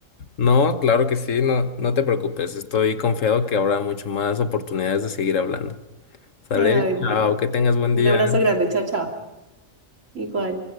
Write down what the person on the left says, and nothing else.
No, claro que sí, no, no te preocupes, estoy confiado que habrá mucho más oportunidades de seguir hablando. Sale,
chao, que tengas buen
día.